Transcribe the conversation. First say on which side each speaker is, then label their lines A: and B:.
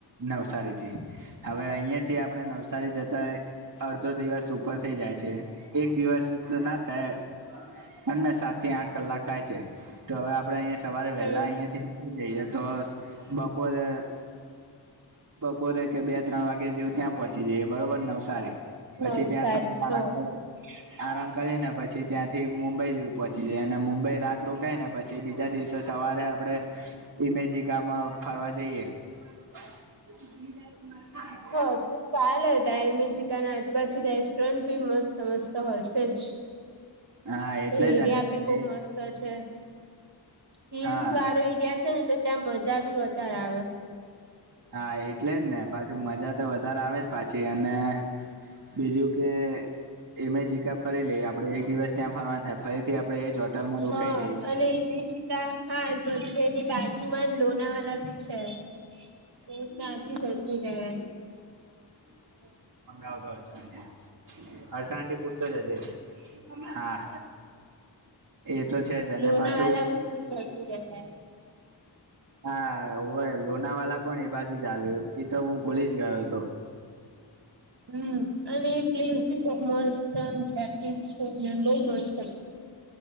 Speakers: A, on the right (about 45°); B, on the right (about 65°).
A: નવસારીથી હવે અહિયાંથી આપણે નવસારી જતા અડધો દિવસ ઉપર થઇ જાય છે. એક દિવસ તો ના થાય અનેને સાત થી આઠ કલાક થાય છે. તો હવે આપડે અહીયાંયા સવારે
B: હમ
A: વેલા અહિયાયાથી નીકળી જઈએે, તો બપોરે બપોરે કે બે ત્રણ વાગે જેવું ત્યાં પહોંચી જઈએ, બરોબર નવસારી પછી
B: નવસારી
A: ત્યાં થોડું
B: હ
A: આરામ કર આરામ કરી ને પછી ત્યાંથી મુંબઈ પહોંચી જાય, અને મુંબઈ રાત રોકાય ને પછી પછી બીજા દિવસે સવારે આપણે ઇમેજી ગામાં ફરવા જઈએ, <unintelligible>
B: હા તો ચાલે તા એમેજીિકને આજુબાજુ રેસ્ટોરન્ટ બી મસ્ત મસ્ત હશે જ,
A: હા એટલે
B: એ
A: જ
B: એરિયા
A: અને પછી
B: ભી બવ મસ્ત તો છે હીલ્સ
A: હા
B: વાળો એરિયા છે ને, તો ત્યાં મજા ભી વધારે આવે
A: હા, એટલે જ ને પાછુ મજા તો વધારે આવે જ પાછી અને બીજું કે એમે જીિક ફરી લઈ આપડે એક દિવસ ત્યાં ફરવાન થાય, ફરીથી આપણેે જ હોટલમાં રોકાઈ
B: હા
A: જઈએ.
B: અને એ <unintelligible> પછી એની બાજુમાં જ લોના વાલા ભી છે તો ત્યાંથી જતું રેવાય
A: <inaudible> અમે આવ તો વ છે, હરસાણથી પૂછતો જ હશે હા, એ તો છે જ અને
B: લોનાવાલા
A: પાછું
B: બી <unintelligible>
A: હા, ઓય લોના વાલા પણ એ બાજુ જ આવ્યુ એ તો હું પોલીસ ગયો હતો,
B: હમ્મ અને એ પ્લેસી ભી બવ મસ્ત છે, બવ મસ્ત